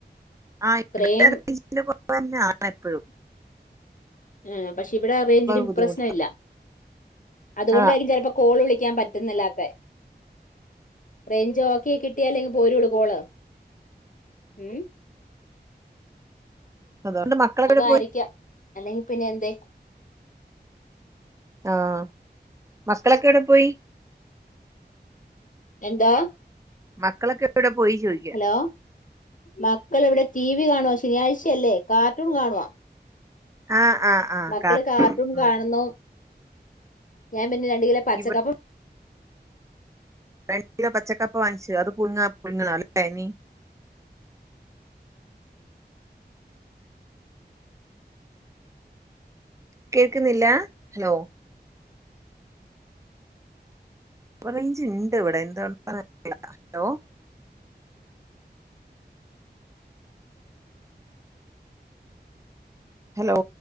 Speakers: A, on the right (about 15°); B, on the left (about 50°).
A: ആ
B: ഇത്രയും
A: ഇവിടെ റേജിന്റെ കൊഴപ്പന്നാണ് എപ്പളും.
B: ആ പക്ഷെ ഇവിടെ റേഞ്ചിനും
A: ബുദ്ധിമുട്ട്
B: പ്രശ്നല്ല. അതുകൊണ്ടായിരിക്കും
A: ആഹ്
B: ചിലപ്പോ കോള് വിളിക്കാൻ റേഞ്ച് ഓക്കായി കിട്ടിയാലെല്ലേ പോരുള്ളൂ കോള് ഉം
A: അതുകൊണ്ട് മക്കളെവിടെ
B: അതായിരിക്കാം
A: പോയി
B: അല്ലെങ്കി പിന്നെ എന്തേയ്
A: ആഹ് മക്കളൊക്കെ എവിടെ പോയി
B: എന്താ
A: മക്കളൊക്കെ എവിടെ പോയി ചോദിക്ക
B: ഹലോ മക്കളിവിടെ ടി വി കാണോ ശനിയാഴ്ചയല്ലേ കാർട്ടൂൺ കാണുവ
A: ആഹ് ആഹ് ആഹ്
B: മക്കള്
A: കാ
B: കാർട്ടൂൺ കാണുന്നു.
A: ആയി
B: ഞാൻ പിന്നെ രണ്ട് കിലോ പച്ചക്കപ്പ
A: ഇവ രണ്ട് കിലോ പച്ചക്കപ്പ വാങ്ങിച്ചു അത് പുഴുങ്ങ പുഴുങ്ങണല്ലേ നീ കേൾക്കുന്നില്ല ഹലോ റേഞ്ച് ഇണ്ട് ഇവിടെ എന്തോണ്ടാന്നറീല ഹലോ ഹലോ